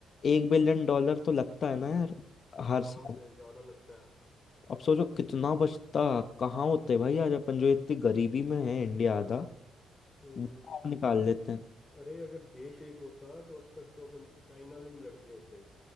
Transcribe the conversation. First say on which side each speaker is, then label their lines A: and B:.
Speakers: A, on the left; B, on the left.
A: एक बिलियन डॉलर तो लगता है ना यार हर
B: आराम
A: साल
B: से ज्यादा लगता है
A: अब सोचो कितना बचता कहाँ होते भाई आज अपन जो इतनी गरीबी में है इंडिया आधा
B: हम्म
A: वो बाहर निकाल लेते हैं
B: अरे अगर देश एक होता तो अब तक तो अपन चाइना से भी लड़ गए होते